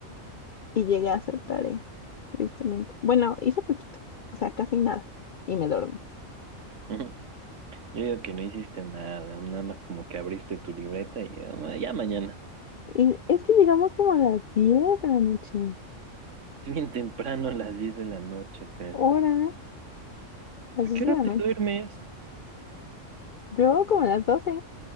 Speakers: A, on the left (about 55°); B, on the right (about 65°).
A: y llegué a hacer tarea, tristemente. Bueno, hice poquito, o sea, casi nada, y me dormí.
B: <laughs> Yo digo que no hiciste nada, nada más como que abriste tu libreta y ya, ma- ya mañana.
A: Y es que llegamos como a las 10 de la noche,
B: <laughs> Es bien temprano, a las 10 de la noche, pero
A: hora, las
B: ¿a
A: 10
B: qué
A: de
B: hora
A: la
B: te
A: noche,
B: duermes?
A: yo como a las doce